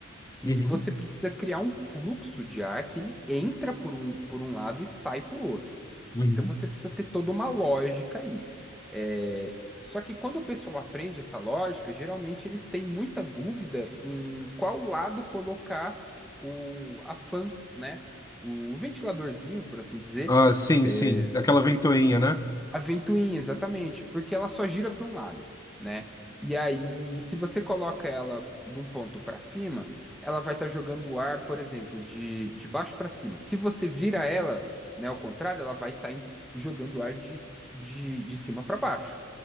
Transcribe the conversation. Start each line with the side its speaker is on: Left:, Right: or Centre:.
Centre: que
Left: Uhum.
Centre: você precisa criar um fluxo de ar que ele entra por um, por um lado e sai por outro.
Left: Uhum.
Centre: Então você precisa ter toda uma lógica aí. É, Só que quando o pessoal aprende essa lógica, geralmente eles têm muita dúvida em qual lado colocar o, a fan, né? O ventiladorzinho, por assim dizer.
Left: Ah, sim,
Centre: É,
Left: sim. Aquela ventoinha, né?
Centre: a ventoinha, exatamente, porque ela só gira para um lado, né? E aí, se você coloca ela de um ponto para cima, ela vai estar jogando o ar, por exemplo, de, de baixo para cima. Se você vira ela, né, ao contrário, ela vai estar jogando o ar de, de, de cima para baixo.